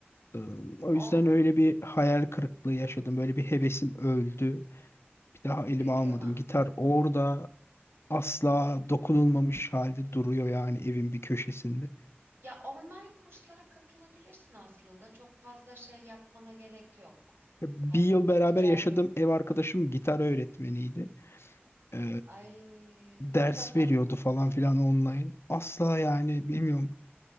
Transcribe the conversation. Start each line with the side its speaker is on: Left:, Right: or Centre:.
Left: E, o
Right: On,
Left: yüzden öyle bir hayal kırıklığı yaşadım. Böyle bir hevesim öldü. Bir daha elime
Right: e, kıyamam.
Left: almadım. Gitar orada asla dokunulmamış halde duruyor yani evin bir köşesinde.
Right: Ya online kurslara katılabilirsin aslında. Çok fazla şey yapmana gerek yok.
Left: E,
Right: Hani
Left: Bir yıl
Right: git
Left: beraber
Right: geldim.
Left: yaşadığım ev arkadaşım gitar öğretmeniydi. E,
Right: Ay
Left: ders
Right: fırsattan
Left: veriyordu falan filan online. Asla yani bilmiyorum.